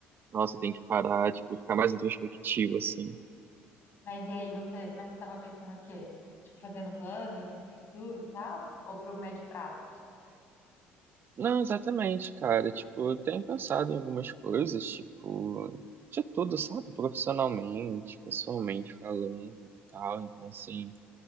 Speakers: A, on the right; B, on the left.
A: nossa, tem que parar, tipo, ficar mais introspectivo, assim.
B: Mas e aí você, mas você tava pensando o quê? Tipo, fazendo planos assim pro futuro e tal? Ou pro médio prazo?
A: Não, exatamente, cara. Tipo, eu tenho pensado em algumas coisas, tipo, de tudo, sabe? Profissionalmente, pessoalmente falando e tal. Então, assim,